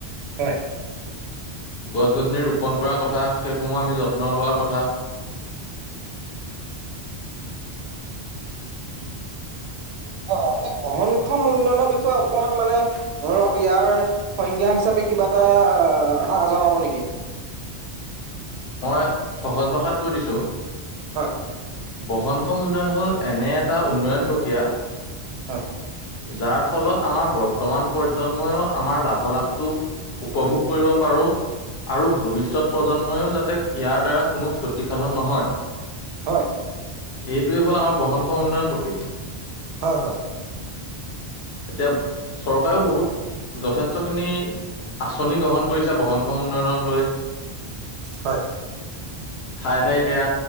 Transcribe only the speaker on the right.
হয়
হয়-হয় আপুনি বহনক্ষণ উন্নয়নৰ বিষয়ে অকমান মানে ধৰক ইয়াৰ সংজ্ঞা হিচাপে কিবা এটা আহ জনাব নেকি?
হয়
হয়
হয়
হয়-হয়।
হয়